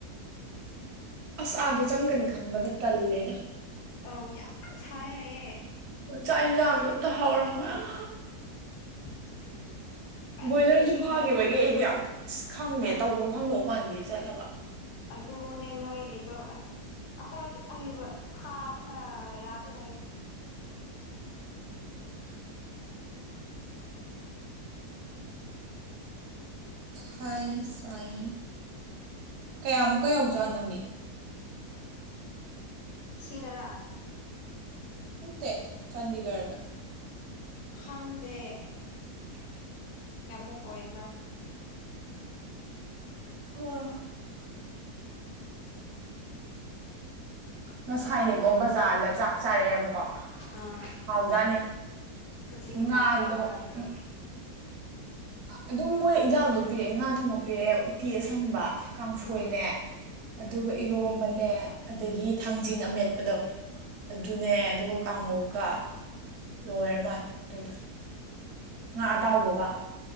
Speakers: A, on the right; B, on the left.
A: ꯑꯁ ꯑꯥꯗꯣ ꯆꯪꯒꯅꯤ ꯈꯟꯕꯗ ꯇꯜꯂꯦꯗ
B: ꯑꯧ ꯌꯥꯝ ꯁꯥꯏ ꯍꯥꯏꯌꯦ
A: ꯆꯥꯛ ꯏꯟꯁꯥꯡꯖꯨ ꯑꯝꯇ ꯍꯥꯎꯔꯝꯃꯣꯏ ꯑꯥꯍ
B: <inaudible> ꯀꯔꯤꯁꯨ
A: ꯕꯣꯏꯂꯔꯁꯨ ꯐꯥꯈꯤꯕꯒꯤ
B: ꯍꯥꯎ
A: ꯑꯩꯗꯤ ꯌꯥꯝ ꯑꯁ ꯈꯪꯗꯦ ꯇꯧꯕꯝ ꯈꯪꯗꯧ ꯃꯥꯟꯗꯦ ꯆꯠꯂꯒ
B: ꯑꯗꯨꯅꯦ ꯅꯣꯏ ꯑꯣ ꯑꯁ ꯑꯩꯈꯣꯏꯒꯤ ꯑꯍꯩꯕ ꯁꯥꯕꯅ ꯌꯥꯗꯦ ꯍꯥꯏꯌꯦ <inaudible> <inaudible>
A: ꯁꯥꯏ ꯁꯥꯏ ꯀꯌꯥꯃꯨꯛꯀ ꯌꯧꯖꯥꯠꯅꯣꯃꯤ
B: ꯁꯤꯗꯔꯥ
A: ꯅꯠꯇꯦ ꯆꯥꯟꯗꯤꯒꯔꯗ
B: ꯈꯪꯗꯦ
A: <inaudible>
B: ꯀꯌꯥꯃꯨꯛ ꯑꯣꯏꯕ꯭ꯔꯥ
A: <inaudible> ꯉꯁꯥꯏꯅꯦꯀꯣ ꯕꯖꯥꯔꯗ ꯆꯥꯛ ꯆꯥꯔꯛꯑꯦꯕꯛ ꯀꯣ
B: ꯑꯥ
A: ꯍꯥꯎꯖꯥꯠꯅꯤ
B: ꯀꯔꯤ ꯌꯦꯟꯖꯥꯡ
A: ꯉꯥꯗꯣ
B: ꯆꯥꯕ ꯅꯪꯗꯤ
A: ꯎ ꯑꯗꯨꯝ ꯃꯣꯏ ꯏꯟꯖꯥꯡ ꯑꯗꯨꯝ ꯄꯤꯔꯛꯑꯦ ꯉꯥ ꯊꯣꯡꯕ ꯄꯤꯔꯛꯑꯦ ꯎꯇꯤ ꯑꯁꯪꯕ ꯀꯥꯡꯁꯣꯏꯅꯦ
B: ꯑꯥ
A: ꯑꯗꯨꯒ ꯏꯔꯣꯝ ꯕꯅꯦ ꯑꯗꯒꯤ ꯊꯥꯡꯖꯤꯡ ꯑꯃꯦꯠꯄꯗꯣ ꯑꯗꯨꯅꯦ ꯑꯗꯨꯒ ꯀꯥꯡꯍꯧꯒ ꯂꯣꯏꯔ ꯃꯥꯅꯤ ꯑꯗꯨꯗꯣ ꯉꯥ ꯑꯇꯥꯎꯕꯒ